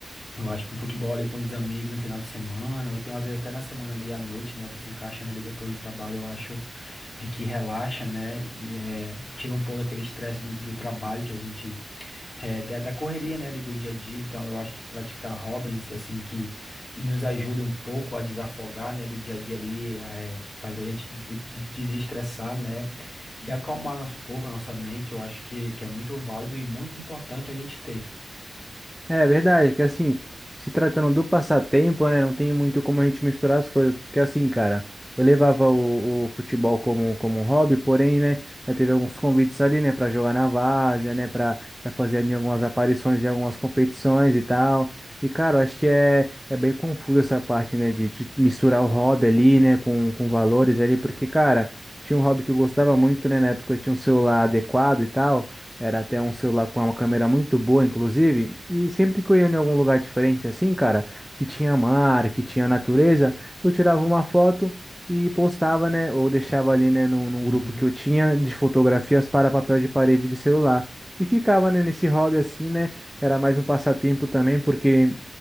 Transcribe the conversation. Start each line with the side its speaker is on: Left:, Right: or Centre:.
Left: eu acho que um futebol ali com os amigos no final de semana, ou então às vezes até na semana ali à noite, né? Você encaixando ali depois do trabalho, eu acho que relaxa, né? E, é, tira um pouco aquele estresse do, do trabalho que a gente, é, da, da correria, né? Ali do dia a dia. Então, eu acho que praticar hobbies, assim, que, que nos ajuda um pouco a desafogar, né? Do dia a dia ali, é, faz a gente de- de- desestressar, né? E acalmar nosso corpo, nossa mente, eu acho que, que é muito válido e muito importante a gente ter.
Centre: É verdade, que assim, se tratando do passatempo, né, não tem muito como a gente misturar as coisas, porque assim, cara, eu levava o, o futebol como, como um hobby, porém, né, já teve alguns convites ali, né, pra jogar na várzea, né, pra, pra fazer ali algumas aparições em algumas competições e tal. E, cara, eu acho que é, é bem confuso essa parte, né, de, de misturar o hobby ali, né, com, com valores ali, porque, cara, tinha um hobby que eu gostava muito, né, na época eu tinha um celular adequado e tal. Era até um celular com uma câmera muito boa, inclusive. E sempre que eu ia em algum lugar diferente, assim, cara, que tinha mar, que tinha natureza, eu tirava uma foto e postava, né? Ou deixava ali, né, num, num
Left: Uhum.
Centre: grupo que eu tinha de fotografias para papel de parede de celular. E ficava, né, nesse hobby assim, né? Era mais um passatempo também, porque.